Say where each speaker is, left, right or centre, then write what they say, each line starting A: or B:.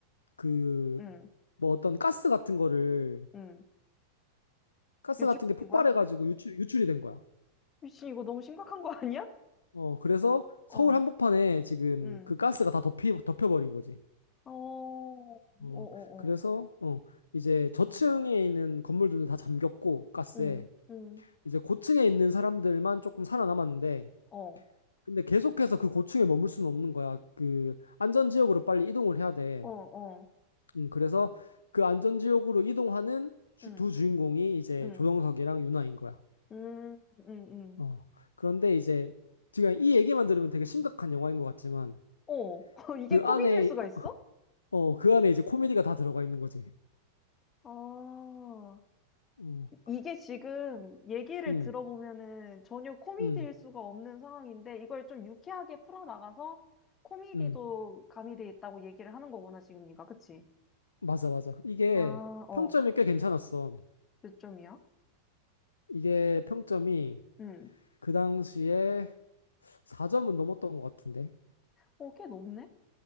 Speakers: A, on the left; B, on the left.
A: 그,
B: 응.
A: 뭐 어떤 가스 같은 거를,
B: 응.
A: 가스
B: 유출시킨
A: 같은 게 폭발해가지고
B: 거야?
A: 유출, 유출이 된 거야.
B: 미친 이거 너무 심각한 거 아니야?
A: 어, 그래서
B: 어.
A: 서울 한복판에 지금
B: 응.
A: 그 가스가 다 덮이, 덮여버린 거지.
B: 어. 어,
A: 어,
B: 어,
A: 그래서,
B: 어.
A: 어, 이제 저층에 있는 건물들은 다 잠겼고, 가스에.
B: 응, 응,
A: 이제 고층에 있는 사람들만 조금 살아남았는데,
B: 어,
A: 근데 계속해서 그 고층에 머물 수는 없는 거야. 그 안전지역으로 빨리 이동을 해야 돼.
B: 어, 어,
A: 음, 그래서 그 안전지역으로 이동하는 주-
B: 응,
A: 두 주인공이 이제
B: 응,
A: 조정석이랑 윤아인 거야.
B: 응, 응, 응.
A: 어. 그런데 이제 지금 이 얘기만 들으면 되게 심각한 영화인 것 같지만
B: 어, <laughs> 이게
A: 그
B: 코미디일
A: 안에
B: 수가
A: 어,
B: 있어?
A: 어, 그 안에 이제 코미디가 다 들어가 있는 거지.
B: 아,
A: 어.
B: 이게 지금 얘기를
A: 음,
B: 들어보면은 전혀 코미디일
A: 음,
B: 수가 없는 상황인데 이걸 좀 유쾌하게 풀어나가서 코미디도
A: 음.
B: 가미돼 있다고 얘기를 하는 거구나, 지금 네가. 그치?
A: 맞아, 맞아. 이게
B: 아, 어,
A: 평점이 꽤 괜찮았어.
B: 몇 점이야?
A: 이게 평점이
B: 응.
A: 그 당시에 4점은 넘었던 것 같은데.
B: 어, 꽤 높네?